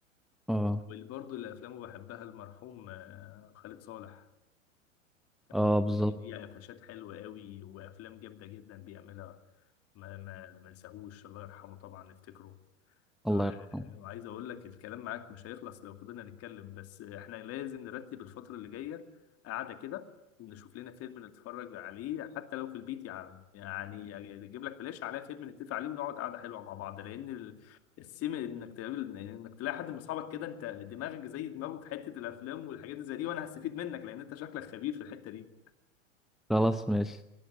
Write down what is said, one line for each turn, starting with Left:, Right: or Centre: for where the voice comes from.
Centre: اه
Left: واللي برضه اللي افلامه بحبها المرحوم آه، خالد صالح كان
Centre: اه
Left: برضه ليه ليه قفشات حلوه قوي وافلام جامده جدا بيعملها ما ما ما نساهوش الله يرحمه طبعا نفتكره
Centre: الله
Left: آه،
Centre: يرحمه
Left: وعايز اقول لك الكلام معاك مش هيخلص لو فضلنا نتكلم بس احنا لازم نرتب الفترة اللي جاية قعدة كده نشوف لنا فيلم نتفرج عليه حتى لو في البيت يا عم يعني اجيب لك فلاش عليها فيلم نتفق عليه ونقعد قعدة حلوة مع بعض لان ال- السيم انك تقابل انك تلاقي حد من اصحابك كده انت دماغك زي دماغه في حتة الافلام والحاجات اللي زي دي وانا هستفيد منك لان انت شكلك خبير في الحتة دي
Centre: خلاص ماشي